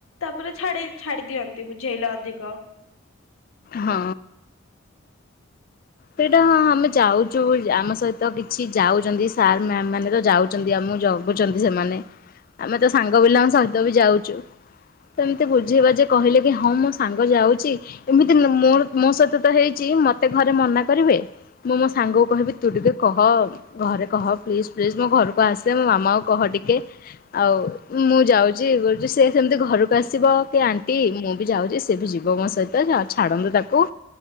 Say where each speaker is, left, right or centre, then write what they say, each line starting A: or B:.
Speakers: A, on the left (about 75°); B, on the left (about 40°).
A: ତାପରେ ଛାଡି ଛାଡି ଦିଅନ୍ତି ବୁଝେଇଲେ ଅଧିକ।
B: ହଁ। ସେଇଟା ହଁ ଆମେ ଯାଉଛୁ ଆମ ସହିତ କିଛି ଯାଉଛନ୍ତି ସାର୍ ମ୍ୟାମ ମାନେ ତ ଯାଉଛନ୍ତି ଆମକୁ ଜଗୁଛନ୍ତି ସେମାନେ ଆମେ ତ ସାଙ୍ଗ ପିଲାଙ୍କ ସହିତ ବି ଯାଉଛୁ ତ ଏମିତି ବୁଝେଇ ବାଝେଇ କହିଲେ କି ହଁ ମୋ ସାଙ୍ଗ ଯାଉଛି ଏମିତି ମୋ ମୋ ସହିତ ତ ହେଇଛି ମତେ ଘରେ ମନା କରିବେ ମୁଁ ମୋ ସାଙ୍ଗକୁ କହିବି ତୁ ଟିକେ କହ ଘରେ କହ ପ୍ଲିଜ୍ ପ୍ଲିଜ୍ ମୋ ଘରକୁ ଆସେ ମୋ ମାମାକୁ କହ ଟିକେ ଆଉ ମୁଁ ଯାଉଛି ଇଏ କରୁଛି ସେ ସେମିତି ଘରକୁ ଆସିବ କି ଆଣ୍ଟି ମୁଁ ବି ଯାଉଛି ସେ ବି ଯିବ ମୋ ସହିତ ଛାଡନ୍ତୁ ତାକୁ।